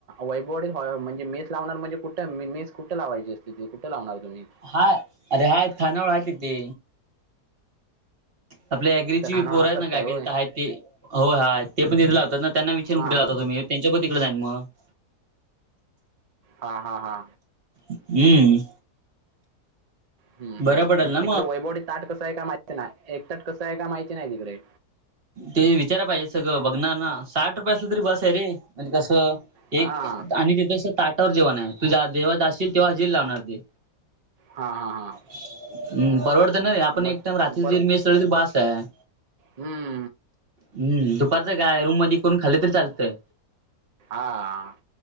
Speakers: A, on the right; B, on the right.
A: वैभववाडी म्हणजे, मेस लावणार म्हणजे कुठं मेस कुठं लावायची असते ती, कुठं लावणार तुम्ही?
B: हाय, अरे हाय थानावळ आहे तिथे. आपल्या ॲग्रीची
A: तिथं खानावळ
B: पोर
A: असतात
B: आहेत ना, काय-काय
A: काय होय?
B: आहेत ती- होय, हा ते पण दिले लावतात ना त्यांना विचार
A: हां
B: कठे लावता तुम्ही त्यांच्या पण तिकडं जाईन मग <unintelligible>
A: हा, हा, हा.
B: हम्म.
A: हं,
B: बरं
A: हं,
B: पडेल
A: मग
B: ना
A: तिकडे वैभववाडीत ताट कसं आहे का माहिती नाही, एक ताट कसं आहे का माहिती नाही तिकडे?
B: ते विचारा पाहिजे सगळं बघणार ना, साठ रुपया असलं तरी बास आहे रे म्हणजे कसं-
A: हां
B: एक आणि तिथस ताटावर जेवण आहे, तुझ्या देवा जाशील तेव्हा हजेरी लावणार ते.
A: हा, हा, हा.
B: हम्. परवडत ना आपण
A: मग
B: एकटाइम रात्री जर मेस लावली तर बास आहे.
A: हम्म.
B: हम्म. दुपारचं काय रूम मध्ये करून खाल्ल तरी चालतंय.
A: हा.